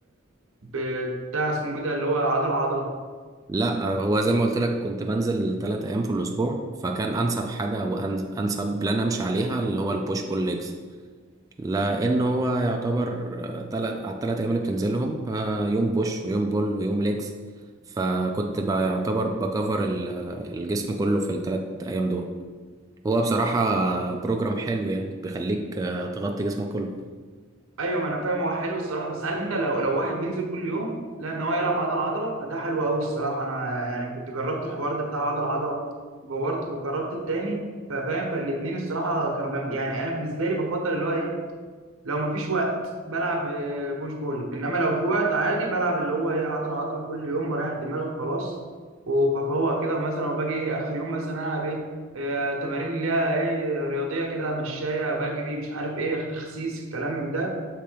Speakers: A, on the right; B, on the right.
A: بتاع اسمه ايه ده اللي هو عضله عضله
B: لا آه، هو زي ما قلت لك كنت بنزل ثلاثة أيام في الأسبوع فكان أنسب حاجة وأنسب بلان أمشي عليها اللي هو البوش بول ليجز لان هو يعتبر آه، تلات على التلات ايام اللي بتنزلهم آه، يوم بوش ويوم بول ويوم ليجز فكنت بقى يعتبر بكفر ال- الجسم كله في التلات ايام دول هو بصراحة بروجرام حلو يعني بيخليك آه، تغطي جسمك كله
A: ايوه ما انا فاهم هو حلو الصراحه بس عارف انت لو لو واحد بينزل كل يوم لا ان هو يلعب عضله عضله فده حلو قوي الصراحه انا يعني كنت جربت الحوار ده بتاع عضله عضله وجربت وجربت التاني ففاهم فالاثنين الصراحه كانوا جامد يعني انا بالنسبه لي بفضل اللي هو ايه لو مفيش وقت بلعب آه، بوش بول انما لو في وقت عادي بلعب اللي هو ايه عضله عضله كل يوم ورايح دماغي وخلاص وبفوق كده ومثلا وباجي ايه اخر يوم مثلا العب ايه آه، تمارين اللي هي ايه رياضيه كده مشايه بجري مش عارف ايه تخسيس الكلام من ده